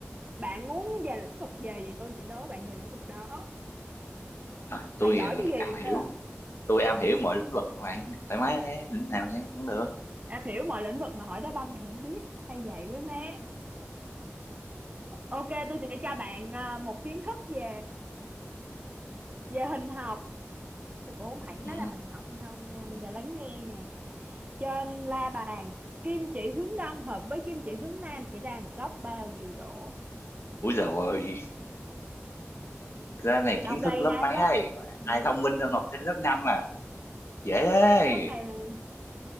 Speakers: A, on the right; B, on the left.
A: bạn muốn về lĩnh vực gì thì tôi sẽ đố bạn về lĩnh vực đó
B: Rồi, tôi
A: bạn giỏi
B: ờ,
A: cái
B: am
A: gì
B: hiểu
A: cơ
B: tôi am hiểu mọi lĩnh vực bạn thoải mái thế lĩnh nào chẳng thắng được
A: đã hiểu mọi lĩnh vực mà hỏi đá banh thì không biết hay vậy quá má Ok, tôi sẽ cho bạn à, một kiến thức về về hình học. Tôi cũng không hẳn
B: ừ.
A: nói là hình học hay không nha. Bây giờ lắng nghe nè. Trên la bàn, kim chỉ hướng đông hợp với kim chỉ hướng nam sẽ ra một góc bao nhiêu độ?
B: ui rồi cái này
A: Đông
B: kiến thức
A: Tây
B: lớp
A: Nam
B: mấy
A: Bắc.
B: đây
A: Ừ.
B: ai thông minh hơn học sinh lớp 5 à dễ đấy
A: Kiến thức này là-